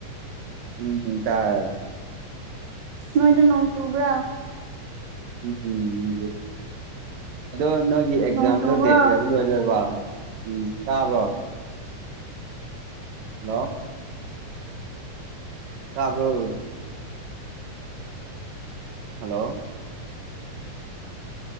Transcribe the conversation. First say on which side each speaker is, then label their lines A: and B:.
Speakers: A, on the right (about 85°); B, on the right (about 40°).
A: ꯎꯝ ꯇꯥꯏ
B: ꯅꯣꯏꯗ ꯅꯣꯡ ꯆꯨꯕ꯭ꯔꯥ
A: ꯎꯝ ꯑꯗꯣ ꯅ ꯒꯤ ꯑꯦꯛꯖꯥꯝꯗꯣ
B: ꯅꯣꯡ ꯆꯨꯕ꯭ꯔꯣ
A: ꯗꯦꯠ ꯀꯌꯥꯗ ꯂꯣꯏꯗꯣꯏꯕ ꯎꯝ ꯇꯥꯕ꯭ꯔꯣ ꯍꯜꯂꯣ ꯇꯥꯕ꯭ꯔꯣ ꯍꯜꯂꯣ